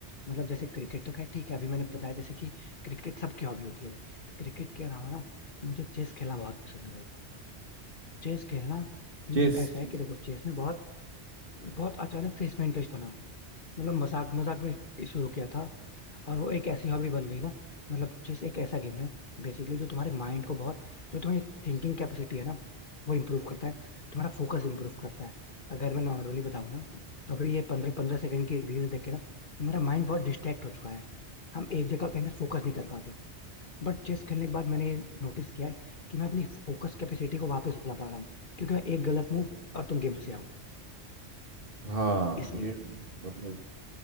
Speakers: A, on the left; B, on the right.
A: मतलब जैसे क्रिकेट तो खैर ठीक है अभी मैंने बताया जैसे कि क्रिकेट सबकी हॉबी होती है क्रिकेट के अलावा ना मुझे चेस खेलना बहुत पसंद है भाई चेस खेलना मतलब
B: Chess
A: ऐसा
B: chess
A: है कि देखो चेस में बहुत बहुत अचानक से इसमें इंटरेस्ट बना मतलब मजाक मजाक में शुरू किया था और वो एक ऐसी हॉबी बन गई ना मतलब चेस एक ऐसा गेम है बेसिकली जो तुम्हारे माइंड को बहुत जो तुम्हारी थिंकिंग कैपेसिटी है ना वो इम्प्रूव करता है तुम्हारा फोकस इम्प्रूव करता है अगर मैं नॉर्मली बताऊँ ना तो अभी ये पंद्रह पंद्रह सेकंड की रील्स देख के ना हमारा माइंड बहुत डिस्ट्रैक्ट हो चुका है हम एक जगह कहीं पे फोकस नहीं कर पाते बट चेस खेलने के बाद मैंने नोटिस किया है कि मैं अपनी फोकस कैपेसिटी को वापस ला पा रहा हूँ क्योंकि मैं एक गलत मूव और तुम गेम से आउट
B: हाँ
A: इसलिए
B: ये मतलब